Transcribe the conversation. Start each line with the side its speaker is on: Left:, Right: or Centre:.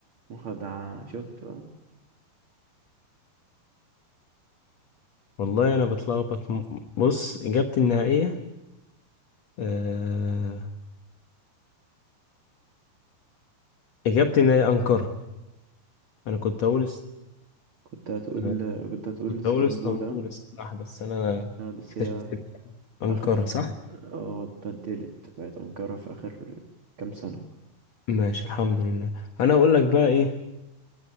Right: مخدعة شفت بقى
Left: والله أنا بتلخبط م- بص إجابتي النهائية آه إجابتي النهائية أنقرة أنا كنت أقول است...
Right: كنت هتقول
Left: آه
Right: كنت هتقول
Left: كنت
Right: اسطنبول
Left: أقول اسطنبول
Right: اه
Left: الصراحة بس أنا
Right: آه، بس
Left: اكتشفت
Right: هي
Left: إن أنقرة
Right: اخر ف...
Left: صح؟
Right: اه اتبدلت بقت انقرة في اخر كام سنة
Left: ماشي الحمد لله أنا أقول لك بقى إيه